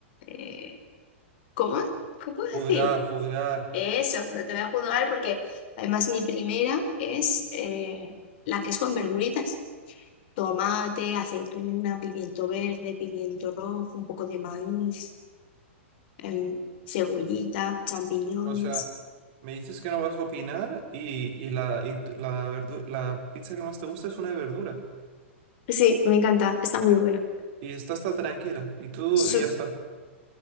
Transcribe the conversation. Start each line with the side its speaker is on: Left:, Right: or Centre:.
Left: eh, ¿cómo? ¿Qué puedo
Right: juzgar,
Left: decir?
Right: juzgar.
Left: Eso, no te voy a juzgar porque además mi primera es eh, la que es con verduritas. Tomate, aceituna, pimiento verde, pimiento rojo, un poco de maíz, em, cebollita, champiñones.
Right: O sea, me dices que no vas a opinar y, y la, y t- la, verdu- la pizza que más te gusta es una de verdura.
Left: Sí, me encanta, está muy buena.
Right: Y está hasta tranquila. Y tú
Left: Su-
Right: y ya está.